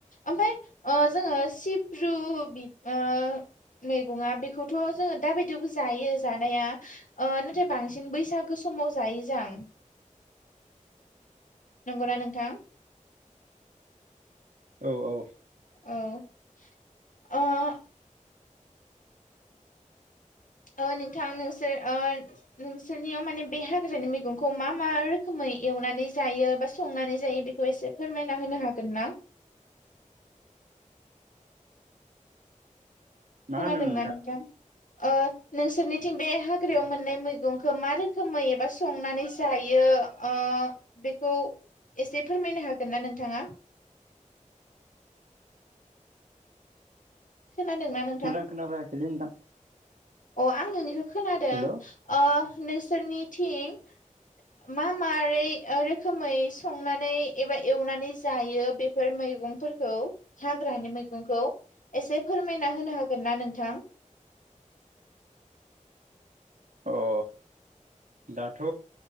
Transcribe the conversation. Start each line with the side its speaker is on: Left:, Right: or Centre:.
Left: ओमफाय ओ जोङो सिब्रु ओ मैगङा बेखौथ' जोङो दाबायदियावबो जायो जानाया ओ नाथाय बांसिन बैसागुस समाव जाय जां। नंगौना नोंथां?
Right: औ औ
Left: औ ओ ओ नोंथां नोंसोर ओ नोंसोरनियाव माने बे हाग्रानि मैगंखौ मा मा रोखोमै एवनानै जायो बा संनानै जायो बेखौ एसे फोरमायना होनो हागोन ना? <inaudible>
Right: मा
Left: खोनादोंना
Right: होनदोंमोन
Left: नोंथां? ओ। नोंसोरनिथिं बे हाग्रायाव मोननाय मैगंखौ मा रोखोमै एबा संनानै जायो ओ ओ बेखौ एसे फोरमायनो हागोन ना नोंथाङा? <inaudible> खोनादोंना नोंथां
Right: मोजां खोनाफैआखैलै नोंथां।
Left: अ आं नोंनिखौ खोनादों
Right: हेल' अ
Left: ओ नोंसोरनिथिं। मा मारै रोखोमै संनानै एबा एवनानै जायो बेफोर मै गंफोरखौ हाग्रानि मैगंखौ एसे फोरमायना होनो हागोन ना नोंथां? <inaudible>
Right: औ दाथ'